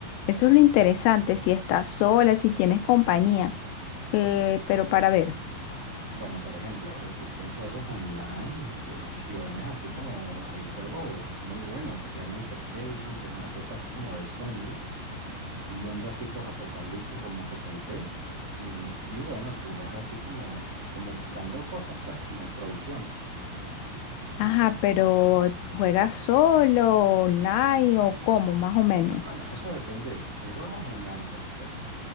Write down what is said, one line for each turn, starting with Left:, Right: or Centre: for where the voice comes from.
Left: Eso es lo interesante, si estás sola, si tienes compañía. Eh, pero para ver.
Right: Bueno, por ejemplo, existen juegos online, eh, opciones así como hay un juego muy bueno que se llama Infestation, que es una cosa así como de zombies, un mundo así apocalíptico, como te conté, y, y bueno, tú vas así como, como buscando cosas, pues, como provisiones.
Left: Ajá, pero ¿juegas solo, online o cómo, más o menos?
Right: Bueno, eso depende de ti. El juego es online, por supuesto.